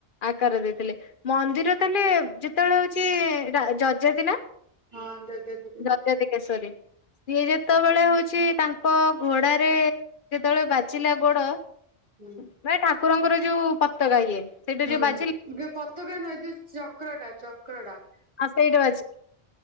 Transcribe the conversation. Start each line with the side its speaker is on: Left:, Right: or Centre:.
Left: ଆକାର ଦେଇଥିଲେ ମନ୍ଦିର ତାହେଲେ ଯେତେବେଳେ ହଉଛି ଯଜାତି
Right: ହଁ ଯଜାତିକେଷରି
Left: ଯଜାତି କେଶରୀ ସିଏ ଯେତେବେଳେ ହଉଛି ତାଙ୍କ ଘୋଡାରେ ଯେତେବେଳେ ବାଜିଲା ଗୋଡ ନାଇ
Right: ହୁଁ
Left: ଠାକୁର ଠାକୁରଙ୍କର ଯୋଉ ପତାକା ଇଏ ସେଇଟା
Right: ହୁଁ
Left: ଯୋଉ ବାଜିଲା
Right: ପତକା ନୁହେ ଯୋଉ ଚକ୍ର ଟା ଚକ୍ର କୋଉଟା
Left: ଆ ସେଇଟା ବାଜି